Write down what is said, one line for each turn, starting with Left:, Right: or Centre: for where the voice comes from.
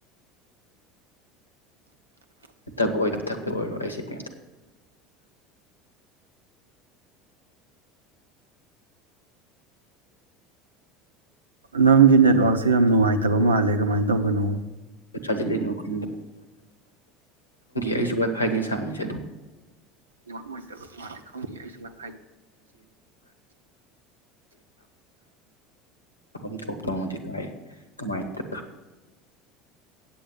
Left: ꯅꯠꯇꯕ ꯑꯣꯏ ꯊꯛꯄ ꯑꯣꯏꯔꯣ ꯑꯩꯁꯦ ꯀꯩꯇ
Right: ꯅꯪꯒꯤ ꯅꯦꯠꯋꯔꯥꯛꯛꯁꯦ ꯌꯥꯝ ꯅꯨꯡꯉꯥꯏꯇꯕ ꯃꯥꯜꯂꯦ ꯀꯃꯥꯏꯅ ꯇꯧꯒꯅꯣ
Left: ꯆꯖꯂꯤꯅꯣ ꯈꯜ
Right: <inaudible> <inaudible> <inaudible> <inaudible> <inaudible> <inaudible> <inaudible> <inaudible>
Left: ꯑꯩꯁꯨ ꯋꯥꯏꯐꯥꯏꯅꯦ ꯁꯝꯃꯤꯁꯦ ꯑꯗꯨꯝ
Right: ꯪꯈꯪꯗꯤꯌꯦ ꯑꯩꯁꯨ <inaudible>
Left: ꯅꯐꯝ ꯊꯣꯛꯄꯗꯤ ꯀꯥꯏ ꯀꯃꯥꯏꯅ